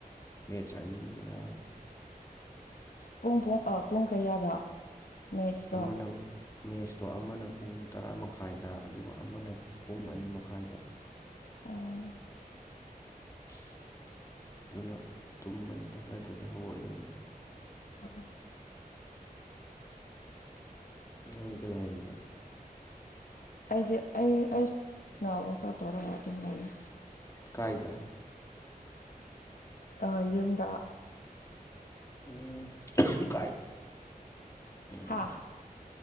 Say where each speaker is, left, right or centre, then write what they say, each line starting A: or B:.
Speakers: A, on the left; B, on the left.
A: ꯃꯦꯁ ꯑꯅꯤꯅꯦ ꯉꯔꯥꯡ
B: ꯄꯨꯡ ꯄꯨꯡ ꯑ ꯄꯨꯡ ꯀꯌꯥꯗ ꯃꯦꯠꯁꯇꯣ
A: ꯑꯃꯅ ꯃꯦꯠꯁꯇꯣ ꯑꯃꯅ ꯄꯨꯡ ꯇꯔꯥ ꯃꯈꯥꯏꯗ ꯑꯗꯨꯒ ꯑꯃꯅ ꯄꯨꯡ ꯑꯅꯤ ꯃꯈꯥꯏꯗ꯫
B: ꯑꯣ
A: ꯑꯁ ꯑꯗꯨꯅ ꯇꯨꯝꯕꯅꯤꯗ ꯅꯠꯇ꯭ꯔꯗꯤ ꯍꯧꯒꯠꯂꯅꯤꯗ
B: ꯑꯣ
A: ꯅꯪꯗꯤ ꯀꯩꯗꯧꯔꯝꯃꯤꯅꯣ
B: ꯑꯩꯗꯤ ꯑꯩ ꯑꯩ ꯅꯥꯎ ꯃꯆꯥꯇꯧꯔꯒ ꯑꯗꯨꯝ ꯂꯩꯌꯦ
A: ꯀꯥꯏꯗ
B: ꯑꯍꯣꯏ ꯌꯨꯝꯗ
A: ꯎꯝ ꯀꯥꯏ ꯎꯝ
B: ꯍꯥ